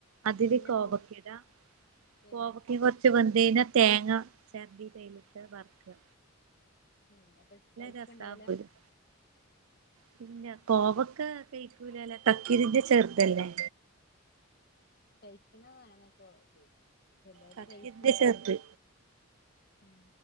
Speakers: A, on the right; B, on the left.
A: അതില്
B: മഞ്ഞപ്പൊടി
A: കോവക്കേട്ആ
B: ഏഹ്
A: കോവക്കീം കൊർച്ച് വന്തയ്ഞ്ഞാ തേങ്ങ ഛർകീതയ്ലത്തെ വർക്കാ
B: മ് അപ്പ കൈപ്പ്ണ്ടാവൂല
A: രസാ പോലും പിന്നെ കോവക്ക കൈക്കൂലലോ കക്കിരീന്റെ ചെർധല്ലേ
B: കൈക്ക്ണതാണ്ക്കോ ത് ചെർതായിട്ട്
A: കക്കിരിന്റെ
B: കൈപ്പ്ണ്ടാവും.
A: ചെറുത്
B: ഉം